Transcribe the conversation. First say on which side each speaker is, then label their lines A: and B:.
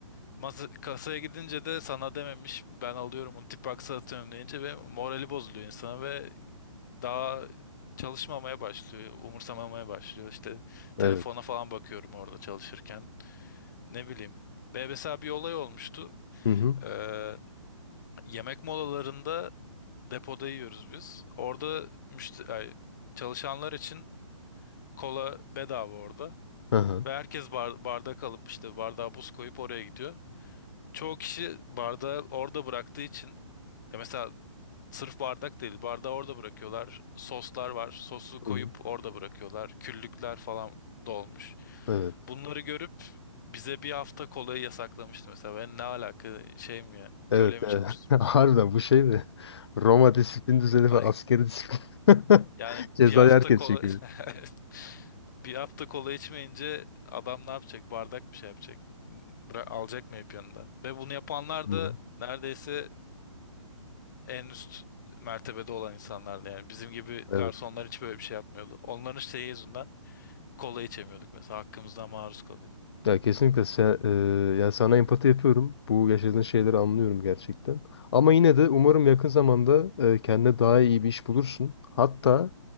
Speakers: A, on the left; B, on the left.
A: Masa, kasaya gidince de sana dememiş ben alıyorum onu tip box'a atıyorum deyince ve morali bozuluyor insana ve daha çalışmamaya başlıyor, umursamamaya başlıyor. İşte telefona
B: Evet.
A: falan bakıyorum orada çalışırken. Ne bileyim. Ve mesela bir olay olmuştu.
B: Hı hı.
A: Ee, yemek molalarında depoda yiyoruz biz. Orada müşte- ay, çalışanlar için kola bedava orada.
B: Aha.
A: Ve herkes bar bardak alıp işte bardağa buz koyup oraya gidiyor. çoğu kişi bardağı orada bıraktığı için ya mesela sırf bardak değil bardağı orada bırakıyorlar. Soslar var. Sosu koyup
B: Hı hı.
A: orada bırakıyorlar. Küllükler falan dolmuş.
B: Evet.
A: Bunları görüp bize bir hafta kolayı yasaklamıştı mesela. Ben ne alaka şey mi yani
B: Evet.
A: köle mi
B: evet.
A: çalıştırıyorsun?
B: <laughs> Harbiden bu şey mi? Roma disiplin düzeni
A: Say-
B: ve askeri disiplin.
A: Yani
B: <laughs> Cezayı
A: bir hafta
B: herkes
A: kola
B: çekiyor.
A: <laughs> bir hafta kola içmeyince adam ne yapacak? Bardak mı şey yapacak? Bıra- alacak mı hep yanında? Ve bunu yapanlar
B: Hı
A: da
B: hı.
A: neredeyse en üst mertebede olan insanlardı yani. Bizim gibi garsonlar
B: Evet.
A: hiç böyle bir şey yapmıyordu. Onların şeyi yüzünden kola içemiyorduk mesela. Hakkımızdan maruz kalıyorduk.
B: Ya kesinlikle sen, eee, ya sana empati yapıyorum. Bu yaşadığın şeyleri anlıyorum gerçekten. Ama yine de umarım yakın zamanda eee, kendine daha iyi bir iş bulursun. Hatta